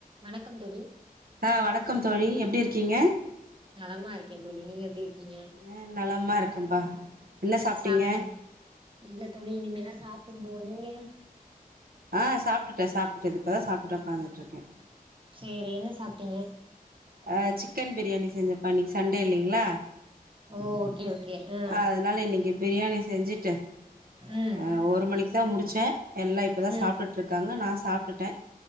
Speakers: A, on the right; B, on the right.
A: வணக்கம் தோழி
B: ஆஹ் வணக்கம் தோழி எப்டி இருக்கீங்க
A: நலமா இருக்கேன் தோழி நீங்க எப்டி இருக்கீங்க
B: ஆ நலமா இருக்கேன்ப்பா என்ன சாப்ட்டீங்க
A: சாப்டீ இல்ல தோழி இனிமே தா சாப் <unintelligible> லோனிங்க
B: ஆஹ் சாப்டுட்டே சாப்டுட்டு இப்பதான் சாப்டு உக்காந்துட்டு இருக்கேன்
A: செரி என்ன சாப்டீங்க
B: ஆ சிக்கன் பிரியாணி செஞ்ச பண்ணி சண்டே இல்லைங்களா
A: ஓ ஓகே ஓகே ஆ
B: அதனால இன்னைக்கு பிரியாணி செஞ்சுட்டேன்
A: ம்
B: ஆ ஒரு மணிக்கு தான் முடிச்சேன் எல்லாம் இப்போதான்
A: ம்
B: சாப்டுட்டு இருக்காங்க நான் சாப்டுட்டேன்